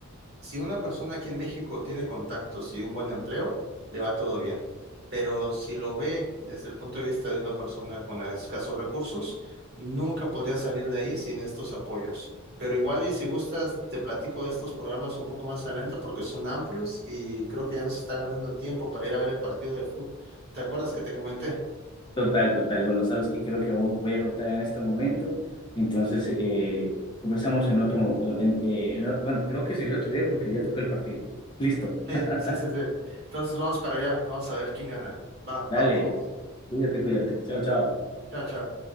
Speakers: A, on the right; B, on the left.
A: si una persona aquí en México tiene contactos y un buen empleo, le va todo bien. Pero si lo ve desde el punto de vista de una persona con escasos recursos, nunca podría salir de ahí sin estos apoyos. Pero igual y si gustas, te platico de estos programas un poco más adelante porque son amplios y creo que ya nos está ganando el tiempo para ir a ver el partido de fútbol. ¿Te acuerdas que te comenté?
B: Total, total. Bueno, ¿sabes qué? Creo que voy a cortar en este momento. Entonces, eh, conversamos en otro, en- eh, en otro- bueno, creo que sería otro día porque ya tocó el partido. Listo.
A: Sí,
B: <laughs>
A: sí, sí, sí. Entonces vamos para allá, vamos a ver quién gana. Va,
B: Dale,
A: vamos, vamos.
B: cuídate, cuídate. Chao, chao.
A: Chao, chao.